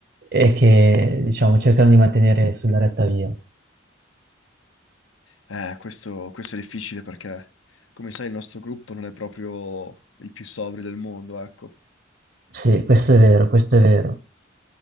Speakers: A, on the right (about 50°); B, on the left (about 85°).
A: e che, diciamo, cercano di mantenere sulla retta via.
B: Eh, questo, questo è difficile perché, come sai, il nostro gruppo non è proprio il più sobrio del mondo, ecco.
A: Sì, questo è vero, questo è vero.